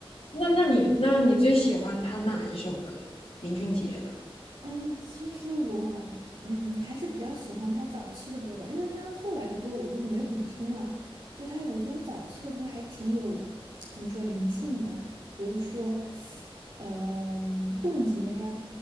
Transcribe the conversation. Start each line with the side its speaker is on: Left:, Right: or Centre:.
Left: 那那你那你最喜欢他哪一首歌？林俊杰的。
Right: 嗯，其实我嗯还是比较喜欢他早期的歌吧，因为他后来的歌我就没怎么听了。就他，我觉得他早期的歌还挺有怎么说灵性的，比如说，嗯、冻结呀，